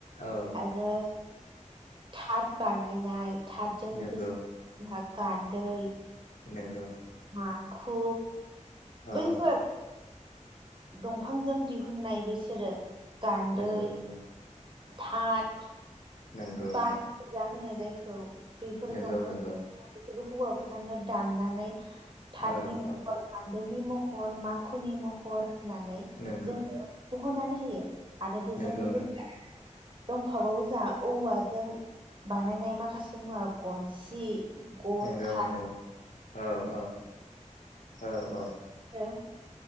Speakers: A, on the left (about 85°); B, on the right (about 40°).
A: औ
B: आरो थाथ बानायनाय थाथजों
A: नंगौ
B: लोगोसे <unintelligible> गान्दै
A: नोंगौ
B: माखु
A: औ
B: बैफोर दंफांजों दिहुननाय बिसोरो गान्दै
A: नंगौ नंगौ
B: थाथ
A: नंगौ
B: बानजा होनो जायखौ बेफोर
A: नंगौ
B: दंफां
A: नंगौ
B: बेफोरखो हौवाफोरानो दाननानै थाथनि
A: औ
B: महर
A: औ
B: गान्दैनि महर माखुनि महर होनानै
A: नंगौ
B: जोंङो बहननानै होयो आरो बेजों
A: नंगौ
B: लोगोसे
A: नंगौ
B: दंफाबावो जा औवाजों बानायनाय माखासे मुवा गनसि गरखा
A: नंगौ नंगौ औ औ औ औ
B: हो